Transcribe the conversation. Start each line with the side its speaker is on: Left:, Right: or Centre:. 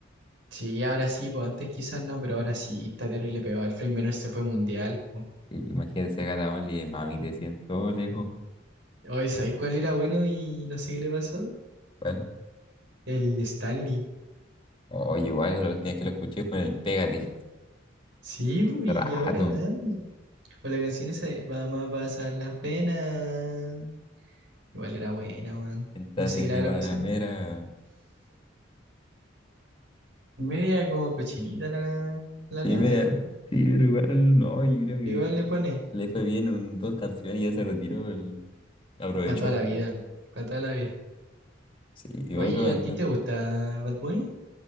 Right: Sí, ahora sí, pues antes quizás no, pero ahora sí está terrible pegado. El Flame Menor se fue mundial, pues.
Left: Sí, imagínate ser Gata Only de mami, te siento lejos.
Right: Oye, sabes cuál era bueno y no sé qué le pasó?
Left: ¿Cuál?
Right: El Stanley.
Left: Oye, igual la última vez que lo escuché fue en el Pégate.
Right: Sí, pues,
Left: Hace
Right: y
Left: Rato.
Right: ahora nada. O la canción esa de Vamos a pasar las penas. Igual era buena, weón.
Left: Siéntate
Right: No sé qué
Left: en
Right: le
Left: mi
Right: habrá
Left: panamera.
Right: pasado. Media como cochinita la, la
Left: Sí,
Right: letra.
Left: me, Sí, pero igual no, yo creo que
Right: Igual le pone.
Left: le fue bien en dos canciones y ya se retiró, el, aprovechó.
Right: Para toda la vida. Para toda la vida.
Left: Sí, y
Right: Oye,
Left: otro cantante.
Right: ¿a ti te gusta Bad Bunny?